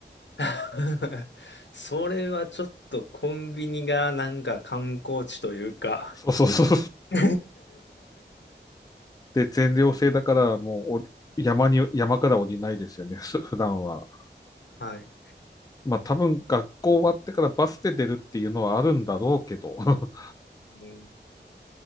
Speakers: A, on the left (about 75°); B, on the left (about 20°).
A: <laughs> それはちょっとコンビニがなんか観光地というか
B: そうそうそう。
A: <laughs>
B: で、全寮制だからもう山に、山から降りないですよね、ふ普段は。
A: はい。
B: まあ多分学校終わってからバスで出るっていうのはあるんだろうけど。<laughs>
A: うん、